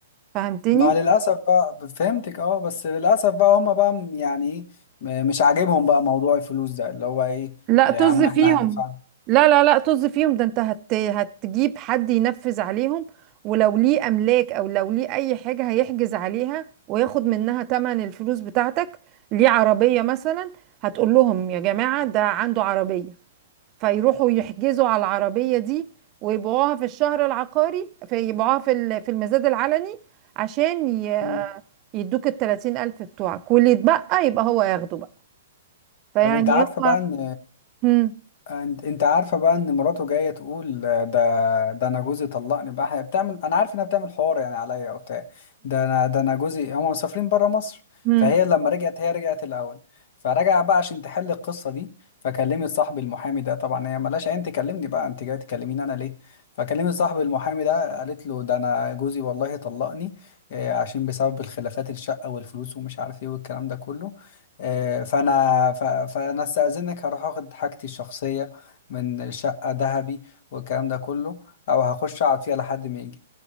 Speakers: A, on the right; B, on the left.
A: فهمتني
B: مع للأسف بقى فهمتك اه بس للأسف بقى هما بقى م- يعني ايه م- مش عاجبهم بقى موضوع الفلوس ده اللي هو ايه
A: لا
B: يا
A: طز
B: عم
A: فيهم
B: احنا هندفع
A: لا لا لا طز فيهم ده انت هت... هتجيب حد ينفذ عليهم ولو ليه املاك او لو ليه اي حاجة هيحجز عليها وياخد منها تمن الفلوس بتاعتك ليه عربية مثلا هتقول لهم يا جماعة ده عنده عربية فيروحوا يحجزوا على العربية دي ويبيعوها في الشهر العقاري فيبيعوها في ال- في المزاد العلني عشان ي...
B: مم.
A: يدوك التلاتين ألف بتوعك واللي يتبقى يبقى هو ياخده بقى فيعني
B: طب انت عارفة
A: هما
B: بقى ان
A: هم
B: انت انت عارفه بقى ان مراته جايه تقول آه، ده ده انا جوزي طلقني بقى هي بتعمل انا عارف انها بتعمل حوار يعني عليا او بتاع ده انا ده انا جوزي هم مسافرين بره مصر
A: هم
B: فهي لما رجعت هي رجعت الاول فرجع بقى عشان تحل القصه دي فكلمت صاحبي المحامي ده طبعا هي ملاش عين تكلمني بقى انت جاي تكلميني انا ليه فكلمت صاحبي المحامي ده قالت له ده انا جوزي والله طلقني آه، عشان بسبب الخلافات الشقه والفلوس ومش عارف ايه والكلام ده كله آه، فانا ف- فانا استاذنك هروح اخد حاجتي الشخصيه من الشقه ذهبي والكلام ده كله او هخش اقعد فيها لحد ما يجي